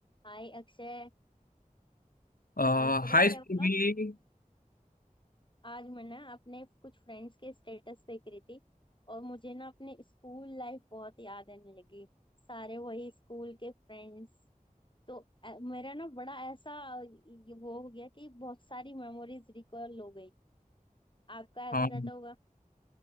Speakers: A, on the left (about 35°); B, on the left (about 80°).
A: हाय अक्षय
B: आ,
A: आज पता
B: high
A: है क्या
B: school
A: हुआ
B: भी
A: आज मैं ना अपने कुछ फ्रेंड्स के स्टेटस देख रही थी और मुझे ना अपने स्कूल लाइफ बहुत याद आने लगी सारे वही स्कूल के फ्रेंड्स तो अ, मेरा ना बड़ा ऐसा अ, ये वो हो गया कि बहुत सारी मेमोरीज रिकॉल हो गई आपका ऐसा
B: हाँ
A: रहता होगा